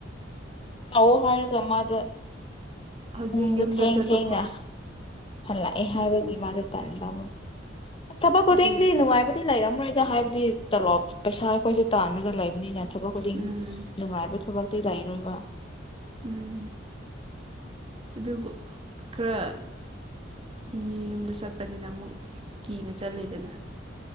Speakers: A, on the left; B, on the right.
A: ꯇꯑꯣ ꯍꯥꯜꯒꯃꯗ
B: ꯍꯧꯖꯤꯛ
A: ꯄꯨꯡꯗꯣ
B: ꯌꯨꯝꯗ
A: ꯊꯦꯡ
B: ꯆꯠꯄ
A: ꯊꯦꯡꯅ
B: ꯈꯣꯠ
A: ꯍꯜꯂꯛꯑꯦ
B: ꯎꯝ
A: ꯍꯥꯏꯕꯒꯤ ꯃꯥꯗ ꯇꯥꯅꯤꯡꯦ ꯃꯣ ꯑꯁ ꯊꯕꯛ
B: ꯍꯥꯏꯗꯤ
A: ꯈꯨꯗꯤꯡꯗꯤ ꯅꯨꯡꯉꯥꯏꯕꯨꯗꯤ ꯂꯩꯔꯝꯔꯣꯏ ꯁꯤꯗ ꯍꯥꯏꯕꯗꯤ ꯇꯂꯣꯞ ꯄꯩꯁꯥ ꯑꯩꯈꯣꯏꯁꯨ ꯇꯥꯟꯔꯒ ꯂꯩꯕꯅꯤꯅꯅ ꯊꯕꯛ ꯈꯨꯗꯤꯡꯒꯤ
B: ꯎꯝ
A: ꯅꯨꯡꯉꯥꯏꯕ ꯊꯕꯛ ꯂꯏꯔꯕ
B: ꯎꯝ ꯑꯗꯨꯕꯨ ꯈꯔ ꯃꯤ ꯌꯨꯝꯗ ꯆꯠꯄꯅꯤꯅ ꯑꯃꯨꯛ ꯀꯤꯅ ꯆꯜꯂꯤꯗꯅ